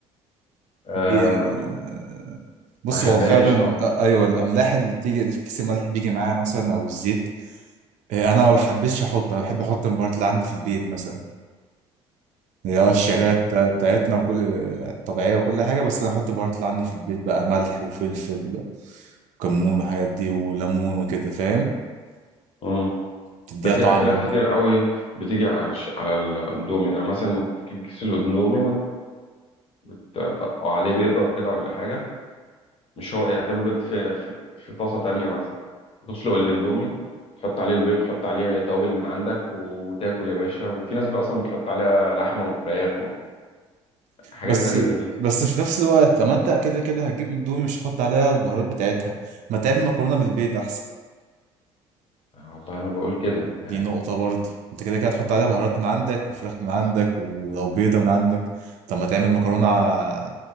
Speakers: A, on the left; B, on the right.
A: أه
B: دي آه، بص
A: ما أحبهاش
B: هو فعلا
A: طبعا
B: آه، ايوه الاملاح اللي بتيجي الكيس الملح اللي بيجي معاها مثلا او الزيت إيه، انا ما بحبش احط انا بحب احط البهارات اللي عندي في البيت مثلا هي اه الشعريه بتا- بتاعتنا وكل آه، طبيعيه وكل حاجه بس انا احط البهارات اللي عندي في البيت بقى ملح وفلفل وكمون والحاجات دي وليمون وكده فاهم
A: طبعا
B: تديها
A: ده في
B: تمام
A: اكلات
B: طعم برضه
A: كتير قوي بتيجي على الش- على الاندومي ده مثلا تجيب كيس الاندومي وتطقه عليه بيضه كده ولا حاجه مش هو يعني تعمل بيض في في, في طاسه تانية مثلا وتسلق الاندومي تحط عليه البيض تحط عليه توابل من عندك وتاكل يا باشا وفي ناس بقى اصلا بتحط عليها لحمه وفراخ وحاجات
B: بس
A: غريبه كده
B: بس في نفس الوقت لما انت كده كده هتجيب اندومي مش هتحط عليها البهارات بتاعتها ما تعمل مكرونه من البيت احسن
A: آه، والله انا بقول كده
B: دي
A: يعني
B: نقطه برضه انت كده كده هتحط عليها بهارات من عندك وفراخ من عندك ولو بيضه من عندك طب ما تعمل مكرونه ع-